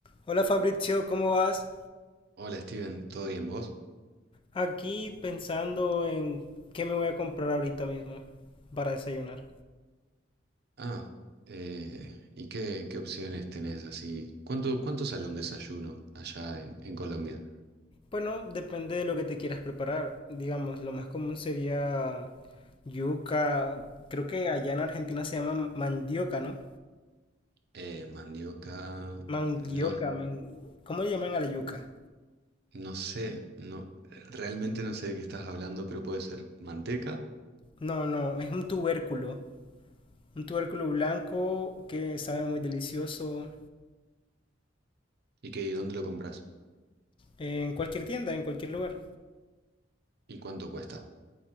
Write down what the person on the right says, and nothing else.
Hola Steven, ¿todo bien vos?
Ah, eh, ¿y qué, qué opciones tenés así? ¿Cuánto, cuánto sale un desayuno allá en, en Colombia?
Eh, mandioca,
no,
no sé, no, realmente no sé de qué estás hablando, pero puede ser manteca.
¿Y qué, y dónde lo compras?
¿Y cuánto cuesta?